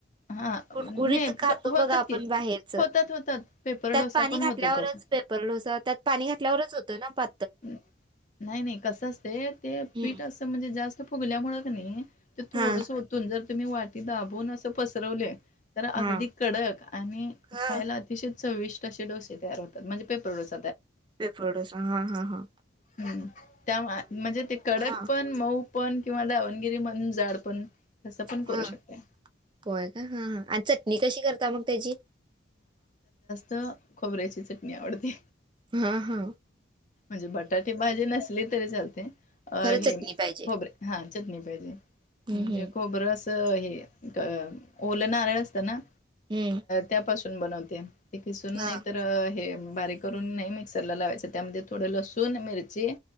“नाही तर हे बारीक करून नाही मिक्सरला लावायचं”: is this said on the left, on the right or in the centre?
Left